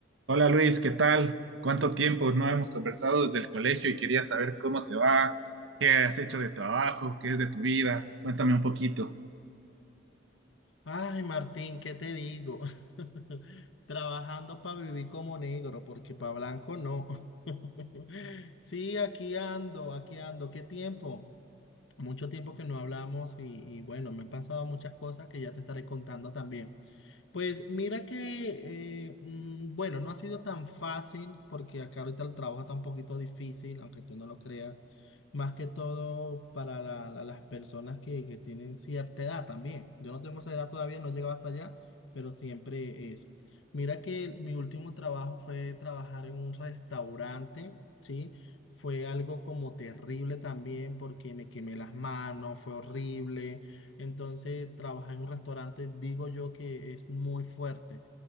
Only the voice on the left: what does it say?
Ay, Martín, ¿qué te digo? <laughs> Trabajando para vivir como negro, porque para blanco no. <laughs> Sí, aquí ando, aquí ando. ¿Qué tiempo? Mucho tiempo que no hablamos y, y bueno, me han pasado muchas cosas que ya te estaré contando también. Pues mira que, eh, mm, bueno, no ha sido tan fácil porque acá ahorita el trabajo está un poquito difícil, aunque tú no lo creas, más que todo para la- la- las personas que, que tienen cierta edad también. Yo no tengo esa edad todavía, no he llegado hasta allá, pero siempre es. Mira que mi último trabajo fue trabajar en un restaurante, ¿sí? Fue algo como terrible también porque me quemé las manos, fue horrible. Entonces, trabajar en un restaurante, digo yo que es muy fuerte.